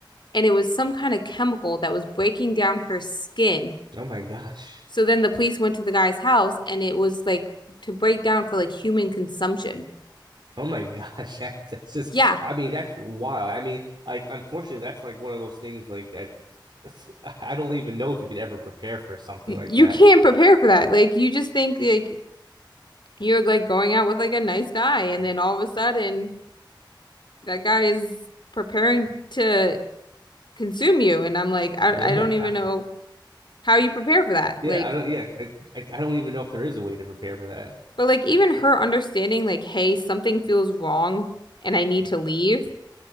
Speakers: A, on the left; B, on the right.
A: and it was some kind of chemical that was breaking down her skin.
B: Oh my gosh.
A: So then the police went to the guy's house and it was like to break down for like human consumption.
B: Oh my gosh, <laughs> that's just
A: Yeah.
B: I mean that's wild. I mean, like unfortunately that's like one of those things like that <laughs> I don't even know if you could ever prepare for something
A: You
B: like that.
A: can't prepare for that. Like you just think like you're like going out with like a nice guy and then all of a sudden that guy is preparing to consume you and I'm like I
B: Yeah.
A: I don't even
B: <laughs>
A: know
B: I,
A: how you prepare for that.
B: yeah,
A: Like
B: I don't yeah, I, I don't even know if there is a way to prepare for that.
A: But like even her understanding like, hey, something feels wrong and I need to leave.